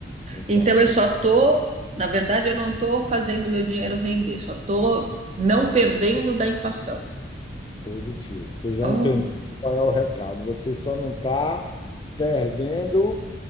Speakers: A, on the left; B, on the right.
A: Então,
B: Então eu só tô, na verdade, eu não estou fazendo meu dinheiro render, só estou não perdendo da inflação.
A: positivo. Você já
B: Oh,
A: entendeu qual é o recado. Você só não está perdendo